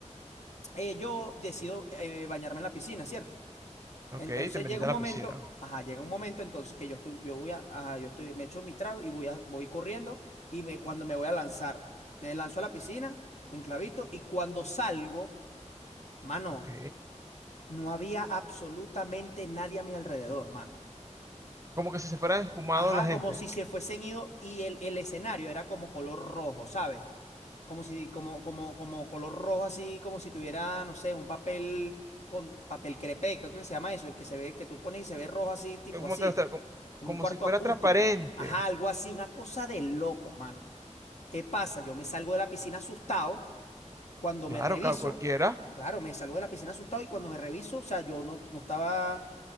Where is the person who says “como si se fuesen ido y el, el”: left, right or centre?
Left